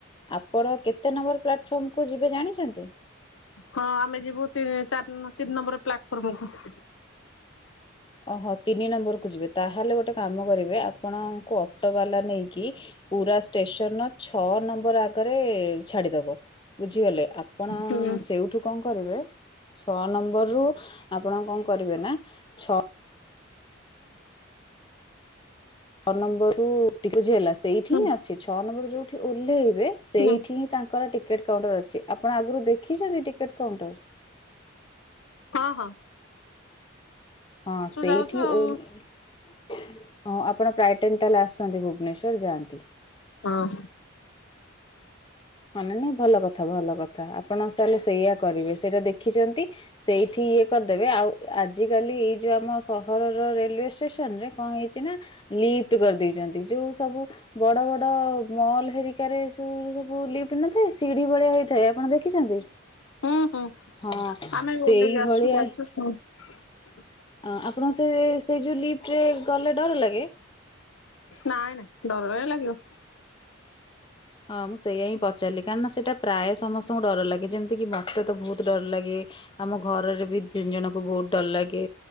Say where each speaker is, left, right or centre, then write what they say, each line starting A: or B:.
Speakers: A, on the left (about 25°); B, on the left (about 75°).
A: ଆପଣ କେତେ ନମ୍ବର ପା ଫର୍ମ କୁ ଯିବେ ଜାଣିଛନ୍ତି?
B: ହଁ ଆମେ ଯିବୁ ତିନି ଚାରି ତିନି ନମ୍ବର ପ୍ଲାଟଫର୍ମ କୁ।
A: ଓହୋ ତିନି ନମ୍ବରକୁ ଯିବେ ତାହେଲେ ଗୋଟେ କାମ କରିବେ ଆ ଆପଣଙ୍କୁ ଅଟୋବାଲା ନେଇକି ପୁରା ଷ୍ଟେସନ ର ଛଅ ନମ୍ବର ଆଗରେ ଛାଡିଦବ। ବୁଝିଗଲେ ଆପଣ
B: ହୁଁ
A: ସେଇଠୁ କଣ କରିବେ। ଛଅ ନମ୍ବର୍ ରୁ ଆପଣ କଣ କରିବେ ନା ଛ ଛଅ ନମ୍ବର <unintelligible> ହେଲା ସେଇଠି
B: ହୁଁ
A: ହିଁ ଅଛି, ଛଅ ନମ୍ବର ଯୋଉଠି ଓହ୍ଲେଇବେ ସେଇଠି
B: ହୁଁ
A: ହିଁ ତାଙ୍କର ଟିକେଟ କାଉଣ୍ଟର ଅଛି, ଆପଣ ଆଗରୁ ଦେଖିଛନ୍ତି ଟିକେଟ କାଉଣ୍ଟର୍?
B: ହଁ-ହଁ।
A: ହଁ ସେଇଠି
B: ଯାଉଛୁ ଆଉ
A: ଓଲ୍ ହଁ ଆପଣ ପ୍ରାୟ ଟାଇମ୍ ତାହେଲେ ଆସନ୍ତି ଭୁବନେଶ୍ଵର ଯାଆନ୍ତି।
B: ହଁ।
A: ମାନେ ନାଇଁ ଭଲ କଥା ଭଲ କଥା ଆପଣ ତାହେଲେ ସେଇଆ କରିବେ ସେଇଟା ଦେଖିଚନ୍ତି ସେଇଠି ଇଏ କରିଦେବେ ଆଉ ଆଜିକାଲି ଏଇ ଯୋଉ ଆମ ସହରର ରେଲୱେ ଷ୍ଟେସନ୍ ରେ କଣ ହେଇଛି ନା ଲିଫ୍ଟ କରିଦେଇଛନ୍ତି ଯୋଉ ସବୁ ବଡ-ବଡ ମଲ ହେରିକାରେ <unintelligible> କୁ ଲିଫ୍ଟ ନଥାଏ ସିଢି ଭଳିଆ ହେଇଥାଏ, ଆପଣ ଦେଖିଛନ୍ତି?
B: ହୁଁ-ହୁଁ
A: ହଁ
B: ଆମେ
A: ସେଇଭଳିଆ
B: ଓଲ୍ହେଇକି ଆସଛୁ ଯାଇଛୁ <unintelligible>
A: ଆଁ ଆପଣଙ୍କୁ ସେ ସେଇ ଯୋଉ ଲିଫ୍ଟରେ ଗଲେ ଡର ଲାଗେ?
B: ନାଇ-ନାଇଁ ଡର କାଇଁ ଲାଗିବ।
A: ହଁ ମୁଁ ସେଇୟା ହିଁ ପଚାରିଲି କାରଣ ନା ସେଟା ପ୍ରାୟ ସମସ୍ତଙ୍କୁ ଡର ଲାଗେ, ଯେମ୍ତି କିି ମତେ ତ ବହୁତ୍ ଡର ଲାଗେ। ଆମ ଘରରେ ବି ତିନି ଜଣଙ୍କୁ ବହୁତ୍ ଡର ଲାଗେ।